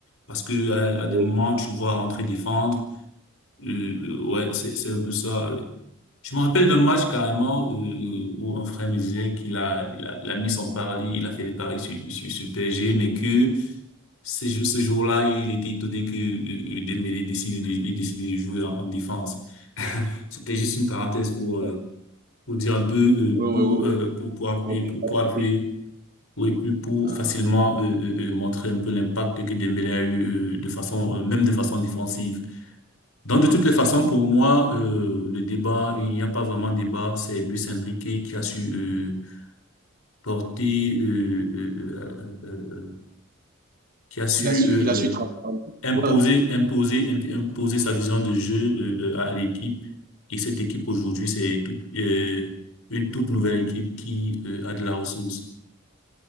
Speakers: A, on the left (about 90°); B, on the right (about 45°).
A: parce que à, à
B: Oui.
A: des moments, tu le vois rentrer défendre. Euh, euh, ouais, c'est, c'est un peu ça. euh. Je me rappelle d'un match carrément euh, euh, où un frère me disait qu'il a, il a, il a mis son pari, il a fait des paris sur, sur, sur le PSG, mais que c'est juste ce jour-là, il était étonné que euh, euh, Dembélé décide de, ait décidé de jouer en, en défense. <laughs> C'était juste une parenthèse pour, euh,
B: Oui,
A: pour dire un peu euh,
B: oui, oui.
A: pour, euh,
B: oui.
A: pour pour appuyer
B: Monter
A: pour
B: une capacité.
A: pour appuyer oui puis pour
B: Mhm.
A: facilement euh, euh, euh, montrer un peu l'impact que Dembélé a eu euh, de façon euh, même de façon défensive. Donc de toutes les façons
B: Ouais.
A: pour moi euh, le débat il n'y a pas vraiment de débat c'est Luis Enrique qui a su euh, porter euh, euh, euh, euh, euh, qui a su
B: Il a su,
A: euh,
B: il a su transcender.
A: euh, imposer,
B: Ouais.
A: imposer, imp- imposer sa vision de jeu euh, euh, à l'équipe. Et cette équipe aujourd'hui, c'est tout- euh, une toute nouvelle équipe qui euh, a de la ressource.